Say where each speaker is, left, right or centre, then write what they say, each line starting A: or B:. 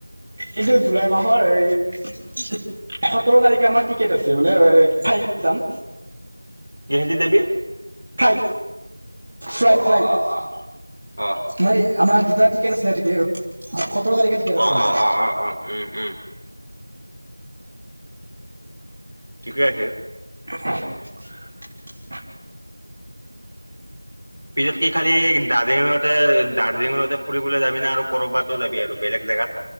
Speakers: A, on the right; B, on the right.
A: এইটো জুলাই মাহৰ এই সোতৰ তাৰিখে আমাৰ টিকেট আছে মানে ফাইৰিত যাম।
B: কিহে দি যাবি।
A: ফ্লাইট ফ্লাইট
B: অ',
A: ফ্লাইট
B: অ', অ', অ', অ',
A: মই আমাৰ দুটা টিকেট আছে তকে সোতৰ তাৰিখে টিকেট আছে
B: অ',
A: আমাৰ।
B: অ', অ', অ', অ উম, উম। ঠিকে আছে।
A: <unintelligible>
B: পিছত কি খালি দাৰ্জিলিঙতে দাৰ্জিলিঙতে ফুৰিবলৈ যাবি না আৰু কৰবাতো যাবি আৰু বেলেগ জেগা।